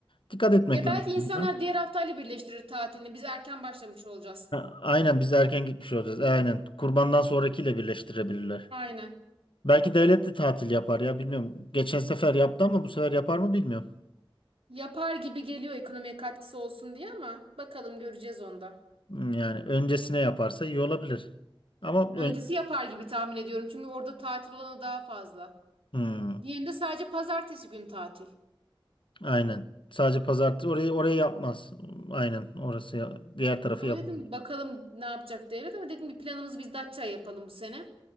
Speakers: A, on the left (about 65°); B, on the right (about 80°).
A: Dikkat etmek
B: Ya belki
A: lazım.
B: insanlar
A: bunlara.
B: diğer haftayla birleştirir tatilini. Biz erken başlamış olacağız.
A: Ha, Aynen biz erken gitmiş olacağız. E, aynen. Kurbandan sonrakiyle birleştirebilirler.
B: Aynen.
A: Belki devlet de tatil yapar ya bilmiyorum. Geçen sefer yaptı ama bu sefer yapar mı bilmiyorum.
B: Yapar gibi geliyor ekonomiye katkısı olsun diye ama bakalım göreceğiz onda.
A: Hmm, Yani öncesine yaparsa iyi olabilir. Ama
B: Öncesi
A: ön-
B: yapar gibi tahmin ediyorum. Çünkü orada tatil olanı daha fazla.
A: Hmm,
B: Diğerinde sadece pazartesi günü tatil.
A: aynen. Sadece pazartesi orayı orayı yapmaz. Aynen orası ya- diğer tarafı
B: Ama
A: yapamıyor.
B: dedim ki bakalım ne yapacak devlet ama dedim ki planımızı biz Datça yapalım bu sene.